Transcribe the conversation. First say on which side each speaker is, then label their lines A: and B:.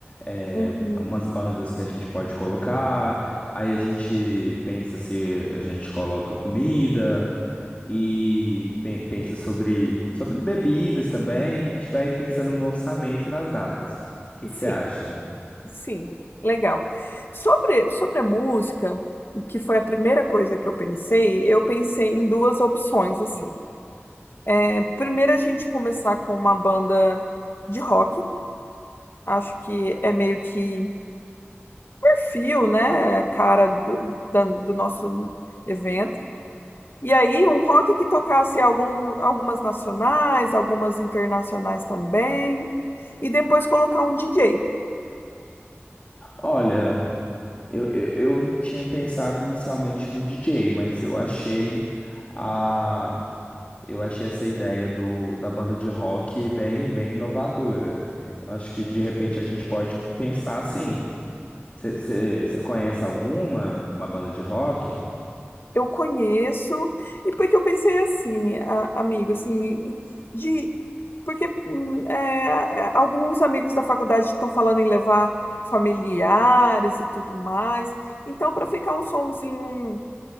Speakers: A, on the left; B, on the left.
A: É,
B: Uhum.
A: umas bandas que a gente pode colocar. Aí a gente pensa se a gente coloca comida e pe- pensa sobre sobre bebidas também. A gente vai pensando no orçamento e nas datas. O que que
B: Sim,
A: você acha?
B: sim, legal. Sobre sobre a música, que foi a primeira coisa que eu pensei, eu pensei em duas opções assim. É, primeiro a gente começar com uma banda de rock. Acho que é meio que perfil, né? A cara do, da- do nosso evento. E aí, um rock que tocasse algum, algumas nacionais, algumas internacionais também. E depois colocar um DJ.
A: Olha, eu, eu, eu tinha pensado inicialmente no DJ, mas eu achei a Eu achei essa ideia do, da banda de rock bem, bem inovadora. Eu acho que de repente a gente pode pensar assim. Você conhece alguma, uma banda de rock?
B: Eu conheço, e porque eu pensei assim, a- amigo, assim, de porque hum, é, é, alguns amigos da faculdade estão falando em levar familiares e tudo mais. Então, para ficar um sonzinho